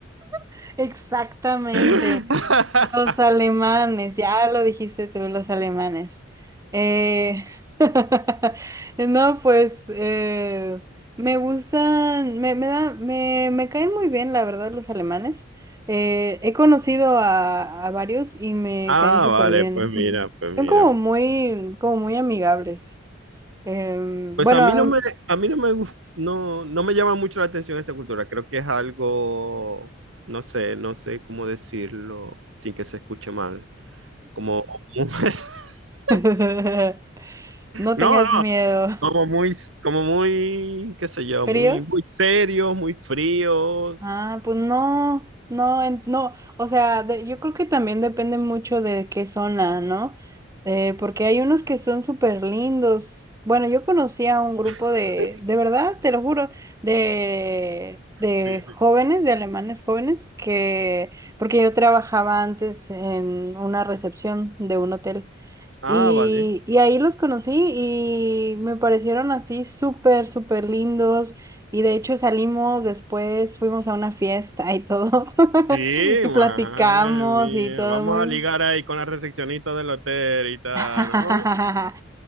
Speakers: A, on the right; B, on the right.
A: <laughs> exactamente.
B: <laughs>
A: Los alemanes, ya lo dijiste tú, los alemanes. Eh, <laughs> no, pues eh, me gustan, me, me da- me, me caen muy bien, la verdad, los alemanes. Eh, he conocido a, a varios y me
B: Ah,
A: caen súper
B: vale,
A: bien.
B: pues mira,
A: Ujú.
B: pues mira.
A: Son como muy, como muy amigables. Em,
B: Pues
A: bueno,
B: a mí
A: am-
B: no me, a mí no me gus- no, no me llama mucho la atención esa cultura. Creo que es algo, no sé, no sé cómo decirlo sin que se escuche mal. Como, <laughs>
A: <laughs> no
B: no,
A: tengas
B: no,
A: miedo.
B: como muy, como muy, qué sé yo,
A: ¿Fríos?
B: muy, muy serios, muy fríos.
A: Ah, pues no, no, en- no, o sea, de- yo creo que también depende mucho de qué zona, ¿no? Eh, porque hay unos que son súper lindos. Bueno, yo conocí a un grupo
B: <laughs>
A: de, de verdad, te lo juro, de, de
B: Sí,
A: jóvenes, de alemanes jóvenes, que, porque yo trabajaba antes en una recepción de un hotel.
B: Ah,
A: Y,
B: vale.
A: y ahí los conocí y me parecieron así súper, súper lindos. Y de hecho salimos después, fuimos a una fiesta y todo. <laughs>
B: Sí,
A: Y
B: madre
A: platicamos
B: mía.
A: y todo
B: Vamos
A: muy...
B: a ligar ahí con la recepcionista del hotel y tal,
A: <laughs>
B: ¿no?